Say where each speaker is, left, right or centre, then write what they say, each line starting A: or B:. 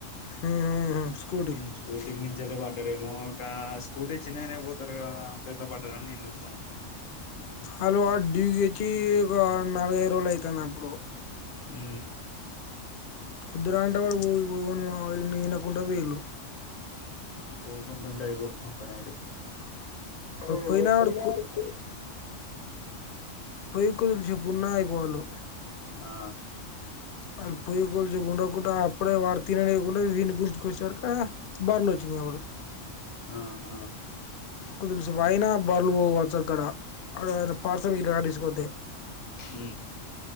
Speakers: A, on the left (about 55°); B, on the left (about 80°).
A: ఉమ్ స్కూటీ
B: ఉ స్కూటీ మించలే వడ్ ఏమో అక్క స్కూటీ చిన్నగానే పోతారు కదా అట్లా ఏ పడ్డరని నేను చూస్తాన.
A: అలో డీజే కి ఒక నాలుగైదు రోజులు అయితాంది అప్పుడు.
B: ఉ
A: వద్దురా అంటే వాడు ఊరికి పోన్ మామ అని ఇనకుంట పోయిళ్ళు
B: పోకుంట ఉంటే ఐపోవ్ ఒక్క నైట్ ఆ
A: పోయినా
B: ఒప్పాయినా
A: వాడు
B: అడుక్కు
A: పోయి కొద్దిషేపు ఉన్న ఐపోళ్ళు.
B: ఆ
A: వాళ్ళు పోయ్ కోదిసేపు ఉండకుండా అప్పుడే వాడు తిననివ్వకుండా వీన్ని గుంజుకచ్చే వరకి ఆ బర్లు అచ్చి మీద పడు
B: ఆహా
A: కొద్దిసేపు ఆగినా బర్లు పోవచ్చు కావచ్చు అక్కడ అడా ఎమన్నా పార్సల్ గిట్లా కట్టించుకుంటే
B: ఉ